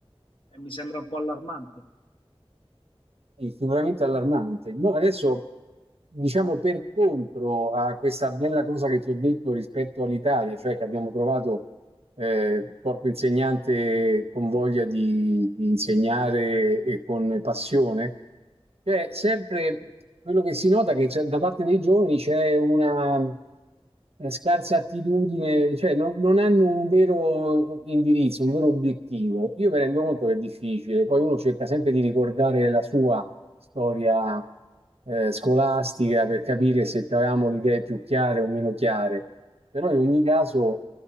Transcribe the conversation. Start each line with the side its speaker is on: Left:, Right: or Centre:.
Left: E mi sembra un po' allarmante.
Right: Sì, sicuramente allarmante. No, adesso, diciamo per contro a questa bella cosa che ti ho detto rispetto all'Italia, cioè che abbiamo trovato eh, corpo insegnante con voglia di, di insegnare e con passione, Cioè, sempre quello che si nota è che c'è- da parte dei giovani c'è una eh, scarsa attitudine, cioè non, non hanno un vero indirizzo, un vero obiettivo. Io mi rendo conto che è difficile, poi uno cerca sempre di ricordare la sua storia eh, scolastica per capire se avevamo le idee più chiare o meno chiare. Però in ogni caso